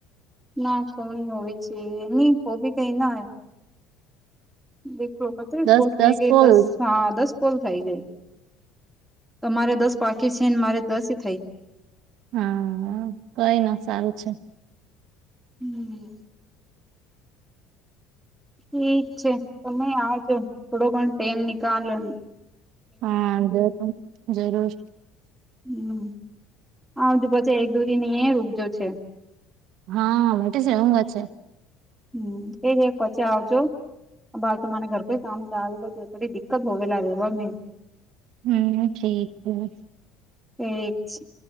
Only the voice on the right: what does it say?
દસ
કોલ
હા, કઈ ના સારું છે.
હા, જ જરૂર.
હા, માટે છે, હુ અ છે.
હમ, ઠીક હ.